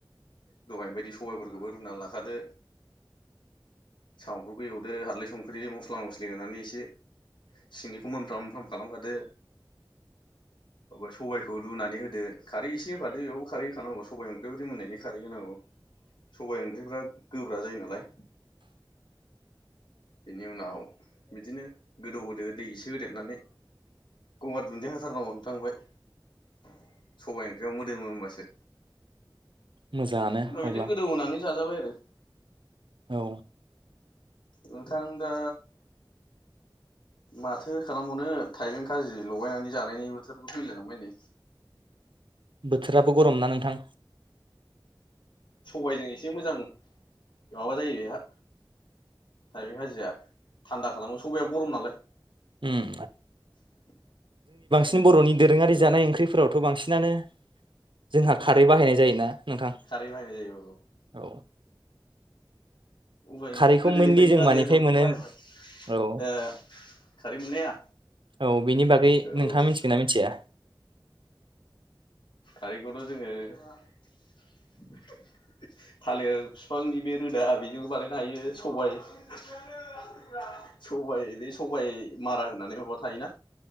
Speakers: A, on the left (about 70°); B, on the right (about 80°).
A: दहायनि बायदि सबायफोरखौबो रुनानै लाखादो सामफोरखौ एवदो हालदै संख्रि मस्ला मस्लि होनानै एसे सिनि मोनफ्राम मोनफ्राम खालामखादो <unintelligible> सबायखौ लुनानै होदो। दो खारि गारि होफादो बेयावबो खारै होखानांगौ सबाइ ओंख्रिवाव <unintelligible> मोननायनि खारै होनांगौ सबाइ ओंख्रिफ्रा गोब्रा जायो नालाय बेनि उनाव बिदिनो गोदौ होदो दै एसे होदेरनानै गंगार दुन्दि होथारनांगौ नोंथां इनिफ्राय सबाइ ओंख्रि मा मोदोमो होमबासो
B: मोजाङानो
A: उनाव
B: अब्ला
A: बिदिनो गोदौ होनानै जाजाबाय आरो <inaudible>
B: औ
A: नोंथां दा माथो खालामबावनो थाइबें खाजि लगायनानै जानायनि बोथोर फैलाय लांबाय नै
B: बोथोराबो गरम ना नोंथां
A: सबाइजों एसे मोजां माबा जायो बेहा थाइबें खाजिया थान्दा खालामो सबाया गरम नालाय
B: उम न बर'नि दोरोङारि जानाय ओंख्रिफोरावथ' बांसिनानो जोंहा खारै बाहायनाय जायोना? नोंथां
A: खारै बाहायनाय जायो औ
B: औ
A: उफाय
B: खारैखौ
A: गैया गोदोनिफ्रायनो
B: मेनलि जों मानिफ्राय
A: आजै आजौफ्रानो
B: मोनो
A: बाहायबाय
B: औ
A: ओ खारै मोननाया
B: औ बेनि बागै
A: औ
B: नोंथाङा मिथिगोन ना मिथिया?
A: खारैखौथ' जोङो <unintelligible> थालिर फिफांनि बे रोदा बेजोंबो बा हायो <unintelligible> बे सबाइ मारा होनानै माबा थायोना